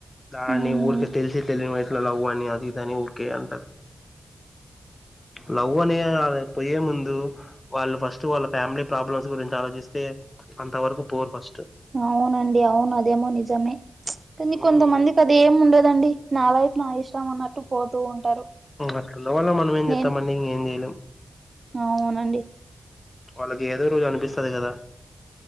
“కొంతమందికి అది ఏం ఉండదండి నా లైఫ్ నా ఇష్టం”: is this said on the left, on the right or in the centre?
Right